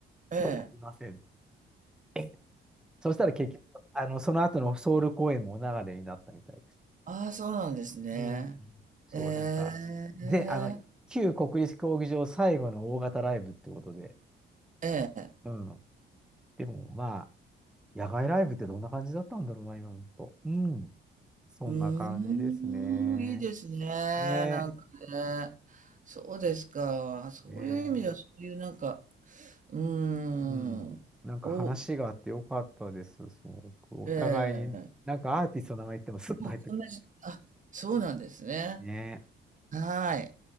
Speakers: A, on the right; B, in the centre.
A: え、
B: 今日はありません。
A: ええ。
B: えそしたら結局、あの、その後のソウル公演もお流れになったみたいです。
A: ああ、そうなんですね。
B: うん。そう、
A: ええ。
B: なんか、で、あの、旧国立競技場最後の大型ライブってことで、
A: ええ。
B: うん。でも、まあ、野外ライブってどんな感じだったんだろうな、今思うと。うん。そんな感じですね。
A: うーん、いいですね。
B: ね
A: なんかね。そうですか。そういう意味では、
B: え。ね
A: そういうなんか、うーん、
B: えうん。なんか話があってよかったです、
A: お、
B: すごく。お互いに、
A: ええ
B: なんかアーティストの名前言ってもスッと入ってくる
A: もうこんなじ、あ、そうなんですね。
B: ねね
A: はい。